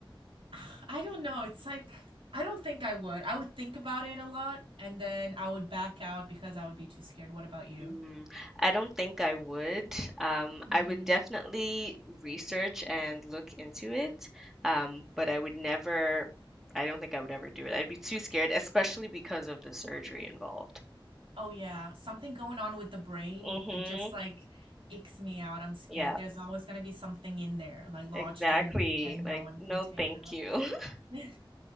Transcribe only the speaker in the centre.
Mm, I don't think I would. Um,
I would definitely research and look into it, um, but I would never, I don't think I would ever do it. I'd be too scared, especially because of the surgery involved.
Mm-hmm.
Yeah,
exactly.
Like,
no,
thank
you. <laughs>